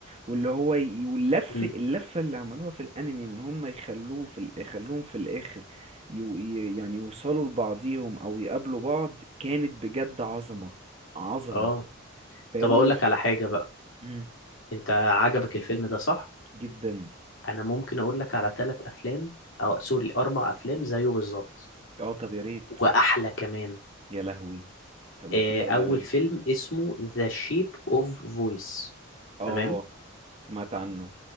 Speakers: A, on the right (about 30°); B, on the left (about 70°).
A: واللي هو ي... واللف
B: امم
A: اللفه اللي عملوها في الانمي ان هم يخلوه في ال... يخلوهم في الاخر ي... ي- يعني يوصلوا لبعضيهم او يقابلوا بعض كانت بجد عظمه عظمه
B: اه
A: فاهمني
B: طب اقول
A: وف...
B: لك على حاجه بقى
A: مم.
B: انت عجبك الفيلم ده صح
A: جدا
B: انا ممكن اقول لك على ثلاث افلام او سوري اربع افلام زيه بالظبط
A: اه طب يا ريت
B: واحلى كمان
A: يا لهوي طب لو
B: آه،
A: كده قول
B: اول
A: عليه
B: فيلم اسمه ذا شيب اوف فويس
A: اه
B: تمام
A: سمعت عنه